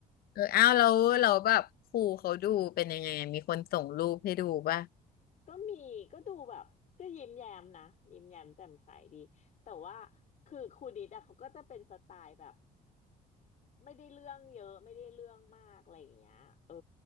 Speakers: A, on the left; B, on the left.
A: เอออ้าวแลเราแล้วแบบครูเขาดูเป็นยังไงอะมีคนส่งรูปให้ดูป่ะ
B: ก็มีก็ดูแบบก็ยิ้มแย้มนะยิ้มแย้มแจ่มใสดีแต่ว่าคือครูดิดอะเขาก็จะเป็นสไตล์แบบไม่ได้เรื่องเยอะไม่ได้เรื่องมากอะไรอย่างเงี้ยเออ